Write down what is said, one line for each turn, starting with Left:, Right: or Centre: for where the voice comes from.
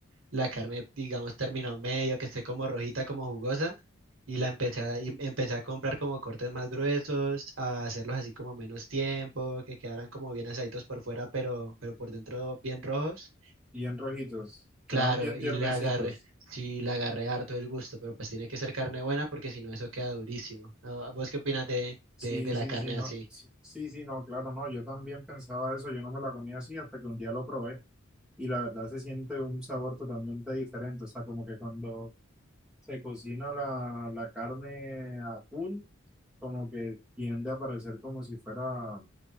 Right: la carne, digamos, término medio, que esté como rojita, como jugosa. Y la empecé a, y empecé a comprar como cortes más gruesos, a hacerlos así como menos tiempo, que quedaran como bien asaditos por fuera, pero, pero por dentro bien rojos.
Centre: bien rojitos,
Right: Claro,
Centre: quedan bien
Right: y
Centre: tiernecitos.
Right: le agarré, sí, le agarré harto el gusto, pero pues tiene que ser carne buena porque si no eso queda durísimo. Ah, ¿Vos qué opinas de,
Centre: Sí,
Right: de, de la
Centre: sí,
Right: carne
Centre: sí, no,
Right: así?
Centre: sí, sí, sí, no, claro, no, yo también pensaba eso, yo no me la comía así hasta que un día lo probé y la verdad se siente un sabor totalmente diferente, o sea, como que cuando se cocina la, la carne a full como que tiende a parecer como si fuera